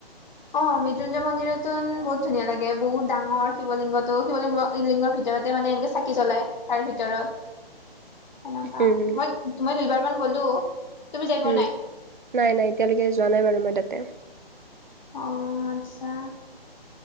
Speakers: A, on the left; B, on the right.
A: অ মৃত্যুঞ্জয় মন্দিৰতো বহুত ধুনীয়া লাগে বহুত ডাঙৰ শিলিংগতটো শিৱলিংগ লিংগৰ ভিতৰত মানে এনেকে চাকি জ্বলাই তাৰ ভিতৰত সনেকুৱা
B: উম
A: মই তুমি দুবাৰ মান গলো তুমি যাই পোৱা
B: উম
A: নাই
B: নাই নাই এতিয়ালৈকে যোৱা নাই বাৰু মই তাতে
A: অ আচছা